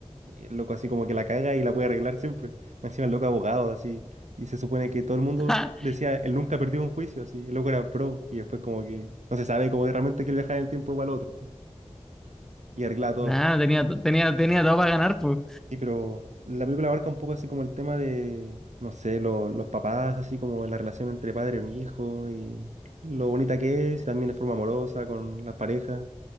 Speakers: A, on the right; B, in the centre.
A: Y el loco así como que la caga y la puede arreglar siempre. Más Encima el loco abogado así. Y se supone que todo el mundo
B: <laughs>
A: decía, él nunca perdió un juicio, así. El loco era pro y después como que no se sabe como que realmente quiere viajar en el tiempo igual al otro, po, Y arregla todo.
B: Nada, tenía, tenía, tenía todo para ganar, pues.
A: Sí, pero la película abarca un poco así como el tema de, no sé, lo- los papás, así como la relación entre padre y un hijo y lo bonita que es, también de forma amorosa con las parejas.